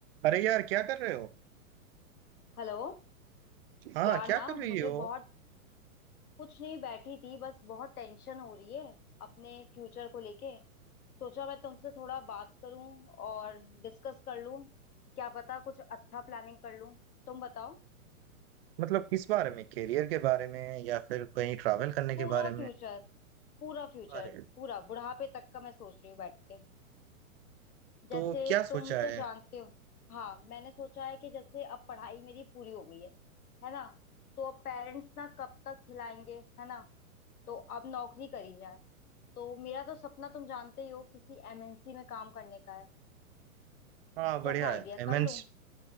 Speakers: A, on the right (about 45°); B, on the left (about 85°).
A: अरे यार क्या कर रहे हो
B: Hello
A: हाँ
B: यार
A: क्या
B: ना
A: कर रही
B: मुझे
A: हो
B: बहुत कुछ नहीं बैठी थी बस बहुत टेंशन हो रही है अपने फ्यूचर को लेके सोचा मैं तुमसे थोड़ा बात करूं और डिस्कस कर लूं क्या पता कुछ अच्छा प्लानिंग कर लूं तुम बताओ
A: मतलब किस बारे में करियर के बारे में या फिर कहीं ट्रैवल करने
B: पूरा
A: के बारे में
B: फ्यूचर पूरा फ्यूचर
A: अरे
B: पूरा बुढ़ापे तक का मैं सोच रही हूँ बैठ के जैसे
A: तो क्या सोचा
B: तुम तो
A: है
B: जानते हो हाँ मैंने सोचा है कि जैसे अब पढ़ाई मेरी पूरी हो गई है है ना तो अब पेरेंट्स ना कब तक खिलाएंगे है ना तो अब नौकरी करी जाए तो मेरा तो सपना तुम जानते ही हो किसी एमएनसी में काम करने का है
A: हाँ बढ़िया
B: कैसा आइडिया
A: है एमएनसी
B: कर लूं